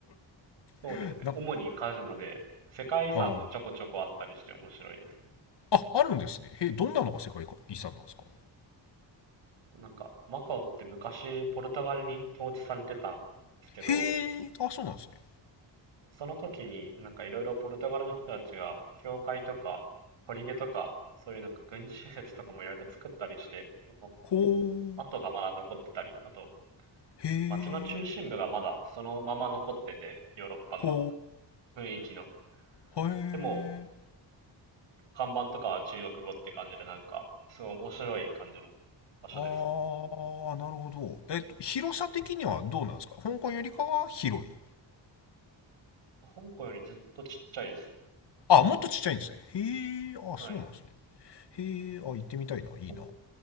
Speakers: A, on the right; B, on the left.
A: そうですね、
B: <laughs> なんか
A: 主にカジノで、世界遺産もちょこちょこあったりして面白いですね。
B: あーああるんですねへーどんなのが世界遺産なんですか
A: なんか、マカオって昔ポルトガルに統治されてたんですけど、
B: へーあそうなんですね
A: その時になんかいろいろポルトガルの人たちが、教会とか、砦とか、そういうなんか軍事施設とかもいろいろ作ったりして、その
B: こ
A: 跡がまだ残ってたり、
B: う
A: あと
B: へー
A: 街の中心部がまだそのまま残ってて、ヨーロッパの
B: ほ
A: 雰囲気の。
B: ー。へ
A: でも、
B: え。
A: 看板とかは中国語って感じで、なんか、すごい面白い感じの場所ですね。
B: あー、なるほど。えっと、広さ的にはどうなんですか香港よりかは広い。
A: 香港よりずっとちっちゃいですね。
B: あ、もっとちっちゃいんですね。へえ、あ、
A: はい。
B: そうなんですね。へえ、あ、行ってみたいな。いいな。
A: 香